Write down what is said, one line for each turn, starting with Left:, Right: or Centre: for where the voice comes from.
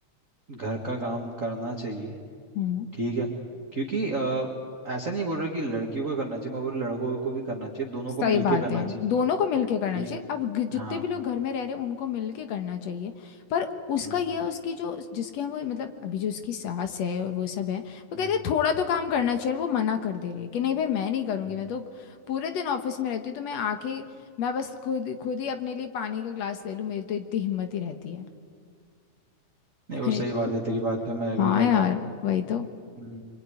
Right: घर का काम करना चाहिए
Left: हम्म
Right: ठीक है क्योंकि अ, ऐसा नहीं बोल रहा कि लड़कियों को करना चाहिए मैं बोल रहा लड़कों को भी करना चाहिए दोनों
Left: सही
Right: को मिलके
Left: बात
Right: करना
Left: है
Right: चाहिए
Left: दोनों को मिलके करना
Right: ठीक
Left: चाहिए अब ग- जितने
Right: हाँ
Left: भी लोग घर में रह रहे हैं उनको मिलके करना चाहिए पर उसका
Right: हम्म,
Left: ये है उसकी जो जिसके हम वो मतलब अभी जो उसकी सास है और वो सब है वो
Right: हम्म,
Left: कहते हैं थोड़ा तो काम करना चाहिए और वो मना कर दे रही है कि नहीं भाई मैं नहीं करूँगी
Right: हम्म।
Left: मैं तो पूरे दिन ऑफिस में रहती हूँ तो मैं आके मैं बस खुद खुद ही अपने लिए पानी का ग्लास ले लूँ मेरी तो इतनी हिम्मत ही रहती है <laughs>
Right: नहीं वो
Left: हे-
Right: सही बात है तेरी बात पे मैं एग्री
Left: हाँ
Right: करता
Left: यार
Right: हूँ
Left: वही तो
Right: हम्म।